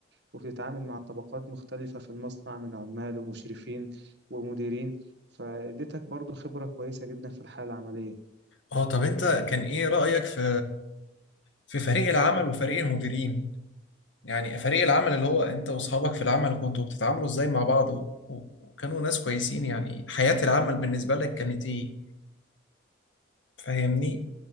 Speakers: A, on the right; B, on the left.
A: وبتتعامل مع طبقات مختلفة في المصنع من عمال ومشرفين ومديرين فاديتك برضو خبرة كويسة جدا في الحالة العملية
B: اه طب انت كان ايه رأيك في في فريق العمل وفريق المديرين يعني فريق العمل اللي هو انت واصحابك في العمل كنتوا بتتعاملوا ازاي مع بعض و- و- وكانوا ناس كويسين يعني حياة العمل بالنسبة لك كانت ايه فاهمني